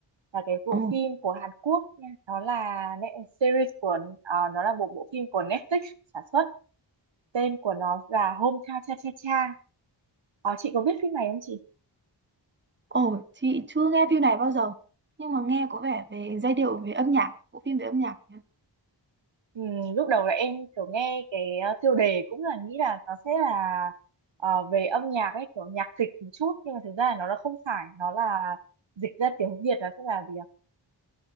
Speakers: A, on the right; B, on the right.
A: là cái bộ
B: Ồ,
A: phim của Hàn Quốc nha nó là net- series của ờ, nó là một bộ phim của Netflix sản xuất tên của nó là Hometown Cha Cha Cha Ờ, chị có biết phim này không chị
B: ồ, chị chưa nghe phim này bao giờ, nhưng mà nghe có vẻ về giai điệu, về âm nhạc, bộ phim về âm nhạc. nhá.
A: Ừ, lúc đầu là em kiểu nghe cái ờ, tiêu đề cũng là nghĩ là nó sẽ là ờ, về âm nhạc ấy kiểu nhạc kịch một chút nhưng mà thực ra là nó là không phải nó là dịch ra tiếng Việt là sẽ là gì ạ